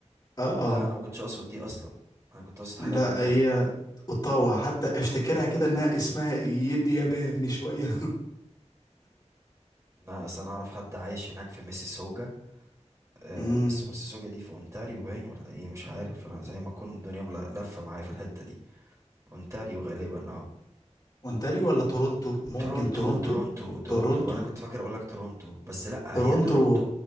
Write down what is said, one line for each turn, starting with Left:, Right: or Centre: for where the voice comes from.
Left: اه
Right: لا انا ما كنتش اقصد دي اصلا انا كنت اقصد حاجه
Left: لا
Right: تانية
Left: هي اوتاوا حتى افتكرها كده انها اسمها يدي ياباني شويه
Right: لا اصل انا اعرف حد عايش هناك في ميسيسوجا أه
Left: <laughs> امم
Right: بس ميسيسوجا دي في اونتاريو باين ولا ايه مش عارف انا زي ما اكون الدنيا مل- لفه معايا في الحته دي اونتاريو غالبا اه
Left: اونتاريو ولا تورونتو ممكن
Right: تورونتو
Left: تورونتو
Right: تورونتو تورونتو
Left: تورونتو
Right: انا كنت فاكر اقول لك تورونتو بس لا
Left: تورونتو
Right: هي تورونتو